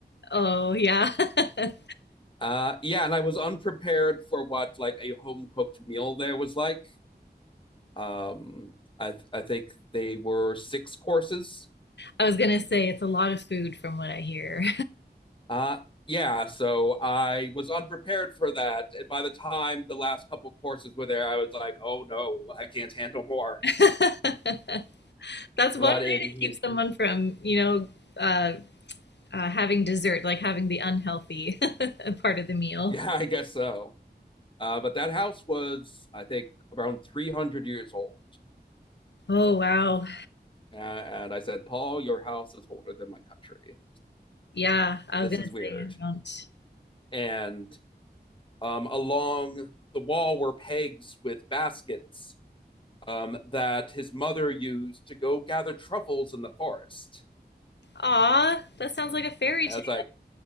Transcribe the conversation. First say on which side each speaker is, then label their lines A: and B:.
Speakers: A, on the left; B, on the left.
A: Oh, yeah. <laughs>
B: Uh, yeah, and I was unprepared for what like a home cooked meal there was like. Um, I th- I think they were six courses.
A: I was gonna say it's a lot of food from what I hear.
B: Uh, yeah, so I was unprepared for that. And by the time the last couple of courses were there, I was like, oh no, I can't handle more.
A: <laughs> That's
B: But
A: one way
B: it hit,
A: to keep someone from, you know, uh, uh, having dessert, like having the unhealthy <laughs> part of the meal.
B: <laughs> yeah, I guess so. Uh, but that house was, I think, around 300 years old.
A: Oh wow.
B: And, and I said, Paul, your house is older than my country.
A: Yeah, I
B: This
A: was gonna
B: is
A: say
B: weird.
A: I don't.
B: And um, along the wall were pegs with baskets um, that his mother used to go gather truffles in the forest.
A: Aw, that sounds like a fairy
B: And
A: tale.
B: I was like,